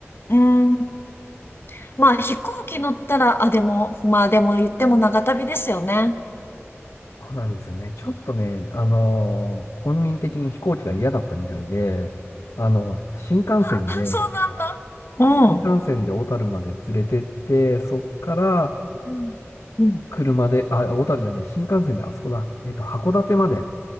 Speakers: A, on the left; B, on the left.
A: ーん。まあ、飛行機乗ったら、あ、でも、まあでも言っても長旅ですよね。
B: そうなんですよね。ちょっとね、あのー本人的に飛行機が嫌だったみたいで、あの、新幹線で
A: あ、あそうなんだ。う
B: 新幹線で小樽まで連れてって、そっから
A: ん。うん。
B: 車で、あ、小樽じゃない、新幹線であそこだ。えっと、函館まで